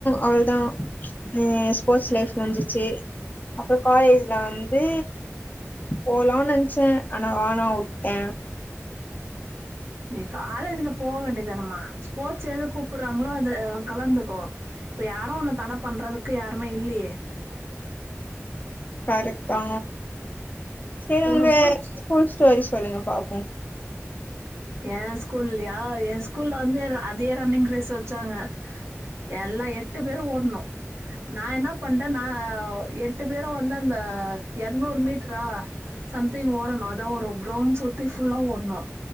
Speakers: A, on the left; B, on the right.
A: அவுள்தா ஏ ஸ்போட்ஸ் லைஃப் முன்சுச்சு அப்றொ காலேஜ்ல வந்து போலான் நென்ச்ச ஆனா வானா உட்டே
B: நீ காலேஜில போ வேண்டியதானமா ஸ்போட்ஸ் எது கூப்புற்றாங்ளோ அது அ கலந்துகோ இப்ப யாரு ஒன்ன தட பண்றதுக்கு யாருமே இல்லியே
A: கரக்ட்தா சேரி உங்க
B: உனக்கு புடிச்
A: ஸ்கூல் ஸ்டோரிஸ் சொல்லுங்க பாப்பு
B: ஏன் ஸ்கூல்லியா என் ஸ்கூல்ல வந்து அத அதே ரன்னிங் ரேஸ் வெச்சாங்க எல்லா எட்டு பேரு ஓட்னோ நா என்னா பண்ட்ட நா எட்டு பேரு வந்து அந்த எர்நூறு மீட்ரா சம்திங் ஓடனு அதா ஒரு க்ரவுண் சுத்தி ஃபுல்லா ஓட்னு